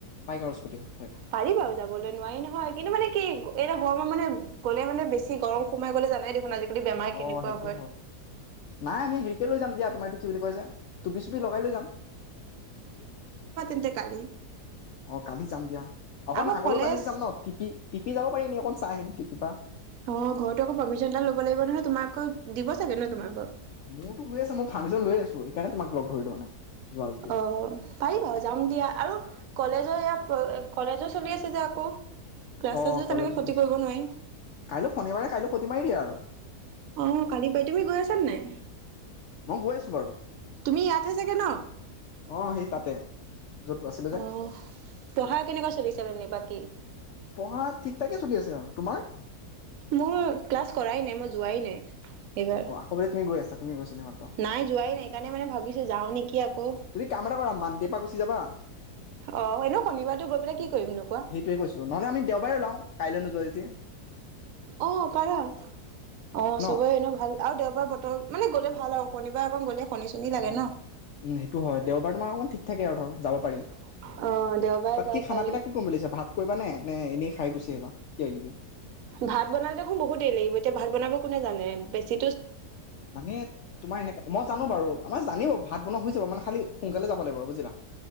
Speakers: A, on the left; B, on the right.
A: বাইক আৰু স্কুটি হয়
B: পাৰি বাৰু যাবলৈ নোৱাৰি ন হয়, কিন্তু মানে কি এটা গৰমৰ মানে গ'লে মানে বেছি গৰম সোমাই গ'লে জানাই দেখোন আজি বেমাৰী'।
A: অ সেইটো নাই আমি হেৰিকে লৈ যাম দিয়া তোমাৰ এইটো কি বুলি কৈ যে টুপি চুপি লগাই লৈ যাম
B: তেন্ত কালি?
A: অ কালি যাম দিয়া'। অকন
B: আকৌ
A: আগলৈ
B: কলেজ
A: বাঢ়ি যাম ন টিপি-টিপি যাব পাৰি নি অকণ চাই আহিম। তি পিপা
B: অ ঘৰতো আকৌ পাৰ্মিশন এটা ল'ব লাগিব নহয়, তোমাকো দিব চাগে ন তোমাকক?
A: মোৰতো হৈ আছে মই ফাৰামিীজন লৈ আছো, সেইকাৰণে তোমাক লগ ধৰি দওঁ মানে। যোৱা যদি
B: আহ, পাৰিবা যাাম দিয়া আৰু কলেজৰ ইয় কলেজো চলি আছে যে আকৌ ক্লাছ
A: অ
B: চাছো
A: কলেজ
B: তেনেকে
A: হৈ
B: ক্ষতি
A: আছে
B: কৰিব নোৱাৰি
A: কাইলৈ শনিবাৰে কাইলৈ সতি মাৰি দিয়া আৰু
B: আহ, কালি পাই তুমি গৈ আছাান নাই?
A: মই গৈ আছো বাৰু
B: তুমি ইয়াতহে চাগে ন
A: আহ সেই তাতে য'ত আছিলো যে
B: অ প়াৰ কেনেকুৱা চলিছে মানেবাক? াকী <unintelligible>
A: পঢ়া ঠিক াকে চলি আছে আৰু তোমাৰ?
B: মোৰ ক্লাছ কৰাই নাই, মই যোৱাই নাই। এইবাৰ
A: অ আকৌ বোলে তুমি গৈ আছা তুমি গৈছিলা মাত্ৰ
B: নাই যোৱাই নাই এইকাৰণে মানে ভাবিছো যাওঁ নেকি? আকৌ
A: তুমি কাম এটা কৰা মানটিৰপা গুচি যাবা
B: অ এনেও শনিবাৰটো গৈ পেলাই
A: অ
B: কি কৰিমনো কোৱা
A: সেইটোয়ে কৈছো নহলে আমি দেওবাৰে ওলাও কাইলৈ নোযোৱাাই তি
B: অ পাৰা অ
A: ন
B: চবেই এনেও ভাল আৰু দেওবাৰ বতৰ মানে গ'লে ভাল আৰু শনিবাৰ অকণ গ'লে শনি চনি লাগে
A: অ, উ
B: ন
A: সেইটো হয় দেওবাৰ তোমাৰ অকণমান ঠিক থাকে আৰু ধৰ। যাব পাৰি'।
B: অ দেওবাৰে
A: তাত
B: যাব
A: কি খানা
B: পাৰি
A: পিনা কি কৰিম বুলিছা ভাত কৰিবা নে নে এনেই খাই গুচি আহিবা কিবা কিবি
B: ভাত বনালে দেখোন বহুত দেৰি লাগিব এতিয়া ভাত বনাব কোনে জানে বেছি'।
A: মানে তোমাৰ এনেকাে মই জানো বাৰু আমাৰ জানিব ভাত বনোৱা শুজ যাব মানে কালি সোনকালে যাব লাগিব বুজিলা।